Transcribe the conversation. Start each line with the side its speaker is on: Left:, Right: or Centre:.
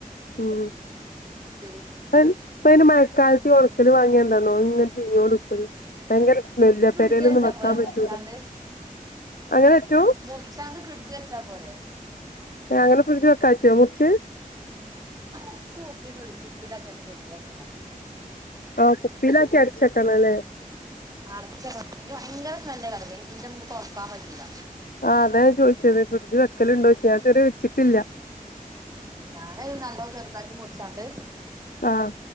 Left: ഉം
Right: ശരിയാ
Left: പ്പം <unintelligible> ക്കാലത്തി ഒണക്കല് വാങ്ങിയന്തന്നൊ ഇങ്ങനെ ചീഞ്ഞ് കൊണ്ട്ക്കും ഭയങ്കരെ വെല്ല
Right: ഫ്രിഡ്ജ്
Left: പരയിലൊന്നും
Right: വെച്ചാ
Left: വെക്കാൻ
Right: പോരെ
Left: പറ്റൂല.
Right: മുറിച്ചാണ്ട്
Left: അങ്ങനെ പറ്റോ
Right: മുറിച്ചാണ്ട് ഫ്രിഡ്ജി വെച്ചപോരെ.
Left: എ അങ്ങനെ ഫ്രിഡ്ജി വെക്കാ പറ്റോ മുറിച്ച്.
Right: ഇച്ച് ഉപ്പി വിളിച്ച് കുപ്പിലാക്കാണ്ട് ഫിട്ജി വെക്കണം
Left: ആ കുപ്പിലാക്കി അടച്ചക്കണല്ലേ?
Right: അടച്ചക്കണം ഇല്ലങ്കി ഭയങ്കര സ്മെല്ലാ <unintelligible> പിന്നെ നമുക്ക് തൊറക്കാൻ പറ്റൂല്ല.
Left: ആ അതാ ഞാൻ ചോയിചത് ഫ്രിട്ജി വെക്കലുണ്ടോയ്ച്ച് ഞാൻതുവരെ വെച്ചിട്ടില്ല.
Right: ഞാനത് നല്ലോണം ചെറുതാക്കി മുറിച്ചാണ്ട്
Left: ആഹ്